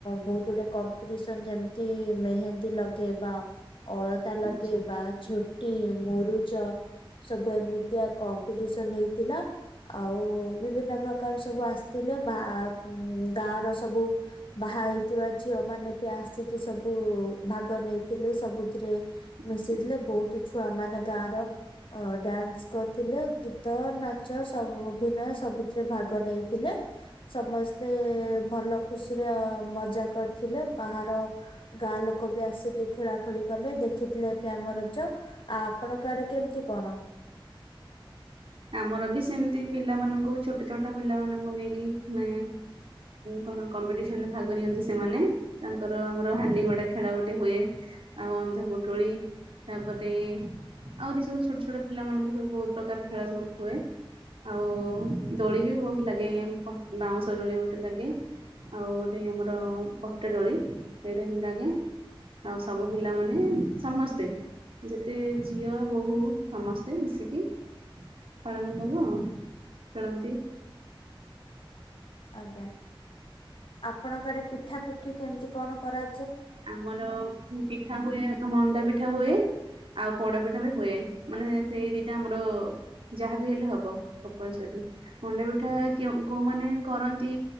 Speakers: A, on the left; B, on the right.
A: ବୋହୁତ ଗୁଡେ କମ୍ପିଟିସନ ଯେମିତି ମେହେନ୍ଦୀ ଲଗେଇବା, ଅଳତା ଲଗେଇବା,
B: ଆଚ୍ଛା
A: ଝୋଟି ମୁରୁଜ ସବୁ ଏମିତିଆ କମ୍ପିଟିସନ ହେଇଥିଲା ଆଉ ବିଭିନ୍ନ ପ୍ରକାର ସବୁ ଆସିଥିଲେ ବା ଉଁ ଗାଁ ର ସବୁ ବାହାହେଇ ଥିବା ଝିଅ ମାନେ ବି ଆସିକି ସବୁ ଭାଗ ନେଇଥିଲେ ସବୁଥିରେ। ମିଶିଥିଲେ
B: ଆଚ୍ଛା।
A: ବୋହୁତ ଛୁଆ ମାନେ ଗାଁର ଅ ଡ୍ୟାନ୍ସ କ ଥିଲେ ଗୀତ ନାଚ ସବୁ ଅଭିନୟ ସବୁ ଭାଗ ନେଇଥିଲେ ସମସ୍ତ ମତେ ଭଲ ଖୁସିରେ ମଜା କରିଥିଲେ ବାହାର ଗାଁ ଲୋକ ବି ଆସିକି ଖେଳାଖେଳି କଲେ ଦେଖିଥିଲେ ଏବେ ଆମ ରଜ ଆ ଆପଣଙ୍କ ଆଡେ କେମିତି କଣ?
B: ଆମର ବି ସେମତି ପିଲାମାନଙ୍କୁ ଛୋଟ ଛୋଟ ପିଲାମାନଙ୍କୁ ନେଇକି ମାନେ କଣ କମ୍ପିଟିସନରେ ଭାଗ ନିଅନ୍ତି ସେମାନେ ତାଙ୍କର ଆମର ହାଣ୍ଡି ଭଡା ଖେଳ ଗୋଟେ ହୁଏ, ଆଉ ଅନ୍ଧ ପୋଟୁଳି ତାପରେ ଆହୁରି ସବୁ ଛୋଟ ଛୋଟ ପିଲାମାନଙ୍କୁ ସବୁ ବୋହୁତ ପ୍ରକାର ଖେଳ ସବୁ ହୁଏ, ଆଉ ଦୋଳି ବି ବୋହୁତ ଲାଗେ। ବାଉଁଶ ଦୋଳି ଗୋଟେ ଲାଗେ ଆଉ ଗୋଟେ ଆମର ପଟଡୋଳି ଏଇଟା ବି ଲାଗେ ଆଉ ସବୁ ପିଲାମାନେ ସମସ୍ତେ ଯେତେ ଝିଅ ବୋହୂ ସମସ୍ତେ ମିଶିକି ଖେଳନ ସବୁ ଆଉ ଖେଳନ୍ତି। <inaudible>
A: ଆଜ୍ଞା ଆପଣଙ୍କଡେ ପିଠା ପିଠି କେମିତି କଣ କରା
B: ଆମର ପିଠା ହୁଏ ମଣ୍ଡା ପିଠା ହୁଏ। ଆଉ ପୋଡ ପିଠା ବି ହୁଏ, ମାନେ ସେଇ ଦିଟା ଆମର ଯାହା ବି ହେଲେ ହବ, କପଳ ବ ମଣ୍ଡା ପିଠା କୋଉମାନୋନ କରନ୍ତି